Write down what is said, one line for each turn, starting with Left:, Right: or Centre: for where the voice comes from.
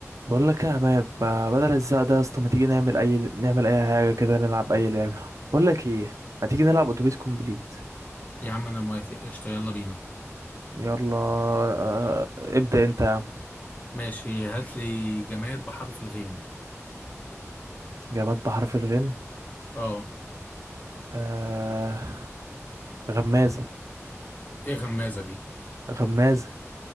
Right: بقول لك إيه يا عماد ما بدل الزق ده يا اسطى ما تيجي نعمل اي نعمل اي حاجه كده نلعب اي لعبه بقول لك ايه ما تيجي نلعب اتوبيس كومبليت
Left: يا عم انا موافق قشطة يلا بينا
Right: يلا آه... ابدا انت يا عم
Left: ماشي هات لي جماد بحرف الغين
Right: جماد بحرف الغين
Left: اه
Right: آه... غمازه
Left: ايه غمازة دي
Right: غمازه